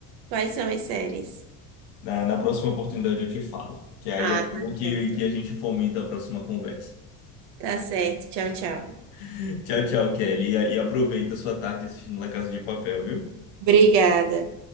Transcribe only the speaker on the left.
Na, na próxima oportunidade, eu te falo. Que aí
é
bom que,
que a gente fomenta a próxima conversa.
<laughs> Tchau, tchau, Kelly. E, e aproveita a sua tarde assistindo La Casa de Papel, viu?